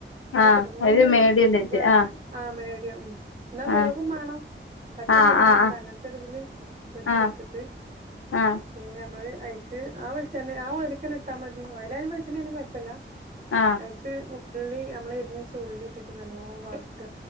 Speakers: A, on the right (about 35°); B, on the left (about 85°).
A: ഒരു
B: ആ
A: കോർഞ്ഞൊരു
B: മേടിയന്നിട്ട്
A: വെ
B: ആ
A: ആഹ് മേടിയം ന്നാ വേവും
B: ആ
A: മാണം പറ്റന്നെരിം
B: ആ ആ
A: മാണ്ട
B: ആ
A: അങ്ങൻത്തൊര് ഇതില് പൊര്ച്ചെട്ത്തിട്ട്
B: ആ ആ ആ
A: പിന്നെ നമ്മള് ഐക്ക് ആഹ് വെളിച്ചെണ്ണ ആഹ് ഒയിൽക്കെന്നെ ഇട്ടാ മതി ഒയലായാലും വളിച്ചെണ്ണായാലും കോഴപ്പല്ല
B: ആഹ്
A: അയ്ക്ക് ഉള്ളി നമ്മള് എരിഞ്ഞെച്ച ഉള്ളിട്ട്ട്ട് നല്ലോം വാട്ട